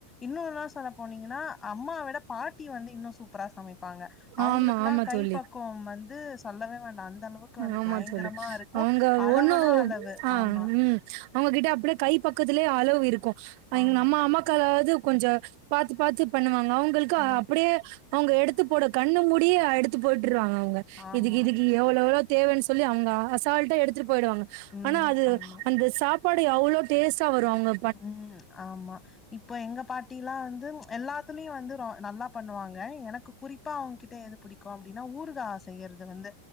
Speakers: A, on the left; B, on the right.
A: இன்னு எல்லா சொல்ல போனீங்கன்னா அம்மாவ விட பாட்டி வந்து இன்னு சூப்பரா சமைப்பாங்க அவுங்களுக்குல்லா
B: ஆமா ஆமா
A: கை
B: தோழி
A: பக்குவம் வந்து சொல்லவே வேண்டா அந்த அளவுக்கு வந்து
B: ஆமா
A: பயங்கரமா
B: தோழி
A: இருக்கும்.
B: அவங்க
A: அளவுனா
B: ஒண்ணு
A: அளவு.
B: ஆ
A: ஆமா,
B: ம் அவுங்ககிட்ட அப்டியே கை பக்கத்துலயே அளவு இருக்கு
A: ஆமா.
B: எங்க அம்மா அம்மாக்காவது கொஞ்ச பாத்து பாத்து பண்ணுவாங்க அவுங்களுக்கு
A: ம்.
B: அப்டியே அவுங்க எடுத்து போட கண்ணு மூடிய எடுத்து போட்ருவாங்க அவுங்க
A: ஆமா.
B: இதுக்கு இதுக்கு எவ்ளோவ்ளோ தேவன்னு சொல்லி அவுங்க அசால்ட்டா எடுத்துட்டு போயிடுவாங்க
A: ம்.
B: ஆனா அது
A: ஆமா.
B: அந்த சாப் பாடு அவ்ளோ டேஸ்டா வரு அவுங்க
A: ம் ஆமா இப்போ எங்க பாட்டில்லா வந்து எல்லாத்துலயு வந்து ரொ நல்லா பண்ணுவாங்க எனக்கு குறிப்பா அவுங்ககிட்ட எது புடிக்கு அப்டின்னா ஊறுகா செய்யறது வந்து